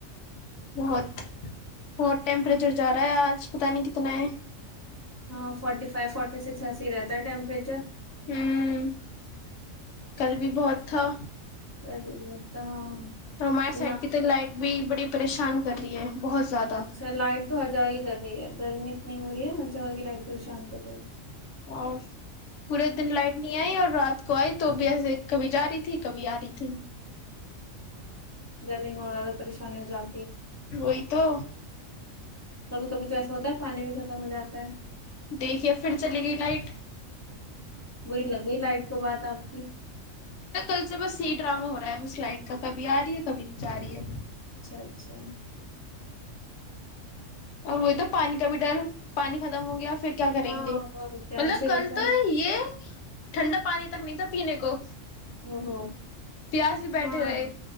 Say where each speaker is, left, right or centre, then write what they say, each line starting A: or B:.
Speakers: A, on the left (about 70°); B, on the left (about 20°).
A: بہت بہت ٹیمپریچر جا رہا ہے آج پت نہیں کتنا ہے
B: ہاں فورٹی فائیو فورٹی سکس ایسی رہتا ہے ٹیمپریچر
A: ہوں کل بھی بہت تھا
B: رجے بتا ہاں
A: توما سائڈ
B: یہاں
A: کی لائٹ بھی بڑی پریشان کر رہی ہے بہت زیادہ
B: اچھا لائٹ تو آ جاائی کر رہی ہے گرمی اتنی ہو رہی ہے ہ جگہ گائی پریشان کر رہی ہے
A: اور پورے دن لائٹ نہیں آئی اور رات کو آئی تو بھیسے کبھی جاہی تھی کبھی آ رہی تھی
B: گرمی ہونے والا پریشانیوںں جاگ
A: وہی تو
B: کبھی کبھی تو ایسا ہوتا ہے پانی بھی ختم ہو جاتا ہے
A: دیکھیے پھر چلی گئی لائٹ
B: بری لگ گئی لائٹ کو بات آپ کی
A: کل سے بس سی ڈرامہ ہو رہا ہے سلائٹ کا کبھی آ رہی ہے کبھی جا رہی ہے
B: اچھا اچھا
A: اور وہی تو پانی کا بھی ڈر پانی ختم ہو گیا پھر کیا کریں
B: ہاں
A: گے
B: اور
A: مطلب
B: کیا ایسے
A: کل
B: ہی ہوتا
A: تو ہے یہ ٹھنڈا پانی تک نہیں تھا پینے کو
B: ہمم ہمم
A: پیاس سے بیٹھے
B: ہاں
A: رہے